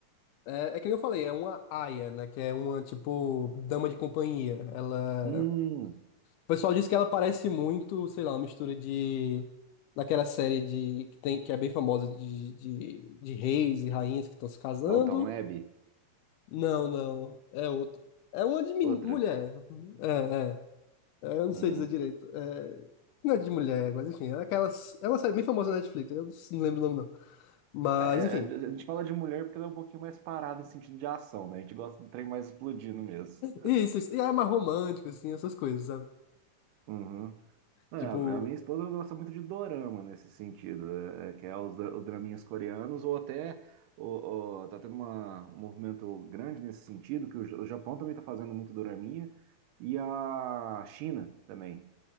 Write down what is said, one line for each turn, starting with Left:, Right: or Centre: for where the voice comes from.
Left: É, é que nem eu falei, é uma aia, né? Que é uma, tipo, dama de companhia. Ela.
Right: Hum,
Left: O pessoal diz que ela parece muito, sei lá, uma mistura de. Daquela série de que tem que é bem famosa de, de, de reis e rainhas que estão se casando.
Right: Dalton Web?
Left: Não, não. É outro É uma de men-
Right: Outra?
Left: mulher. É, é. É, Eu não
Right: Hum.
Left: sei dizer direito. É, não é de mulher, mas enfim. É, aquelas, é uma série bem famosa na Netflix. Eu não lembro o nome, não. Mas,
Right: É, é,
Left: enfim.
Right: é, a gente fala de mulher porque ela é um pouquinho mais parada em sentido de ação, né? A gente gosta do trem mais explodindo mesmo. <laughs>
Left: Isso, isso. E é mais romântico, assim, essas coisas, sabe?
Right: Uhum. É,
Left: Tipo,
Right: a minha esposa gosta muito de dorama nesse sentido, é, é, que é os, dra- os draminhas coreanos, ou até o, o- tá tendo uma- um movimento grande nesse sentido, que o, J- o Japão também está fazendo muito doraminha, e a China também.